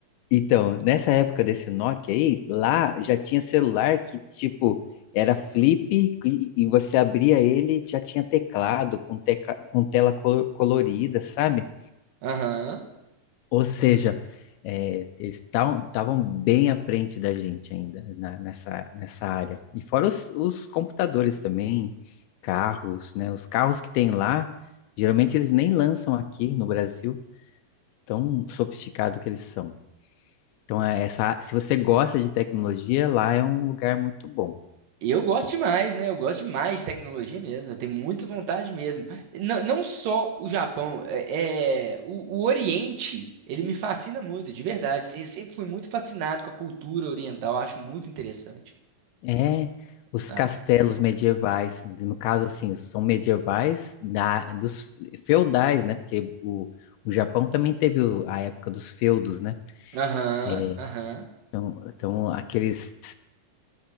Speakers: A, on the left (about 85°); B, on the right (about 70°).
A: então, nessa época desse Nokia aí, lá já tinha celular que tipo era flip e, e você abria ele, já tinha teclado com, teca, com tela co- colorida, sabe?
B: Aham.
A: Ou seja, é, eles estavam bem à frente da gente ainda na- nessa, nessa área. E fora os, os computadores também, carros, né? Os carros que tem lá, geralmente eles nem lançam aqui no Brasil, tão sofisticado que eles são. Então, é essa, se você gosta de tecnologia, lá é um lugar muito bom.
B: Eu gosto demais, né? Eu gosto demais de tecnologia mesmo. Eu tenho muita vontade mesmo. Não, não só o Japão, é, é, o, o Oriente, ele me fascina muito, de verdade. Sim, eu sempre fui muito fascinado com a cultura oriental. eu Acho muito interessante.
A: É, os
B: Ah,
A: castelos medievais, no caso, assim, são medievais da, dos feudais, né? Porque o, o Japão também teve o- a época dos feudos, né?
B: Aham,
A: É,
B: aham,
A: então, então aqueles,